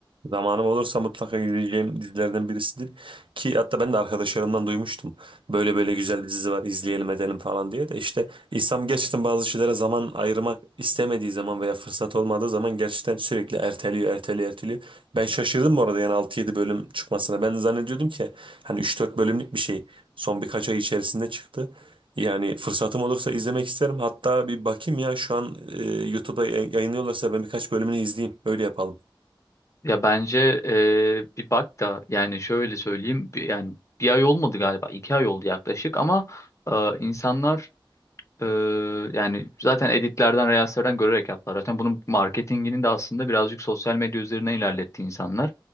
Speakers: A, on the right; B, on the left.
A: Zamanım olursa mutlaka izleyeceğim dizilerden birisidir. Ki hatta ben de arkadaşlarımdan duymuştum. Böyle böyle güzel bir dizi var izleyelim edelim falan diye de işte insan gerçekten bazı şeylere zaman ayırmak istemediği zaman veya fırsat olmadığı zaman gerçekten sürekli erteliyor erteliyor erteliyor. Ben şaşırdım bu arada yani altı yedi bölüm çıkmasına. Ben zannediyordum ki hani üç dört bölümlük bir şey son birkaç ay içerisinde çıktı. Yani fırsatım olursa izlemek isterim. Hatta bir bakayım ya şu an e, YouTube'da yayınlıyorlarsa ben birkaç bölümünü izleyeyim. Öyle yapalım.
B: Ya bence eee, bir bak da yani şöyle söyleyeyim bir- yani bir ay olmadı galiba iki ay oldu yaklaşık ama eee, insanlar eee, yani zaten editlerden reelslerden görerek yaptılar. Zaten bunun marketingini de aslında birazcık sosyal medya üzerine ilerletti insanlar.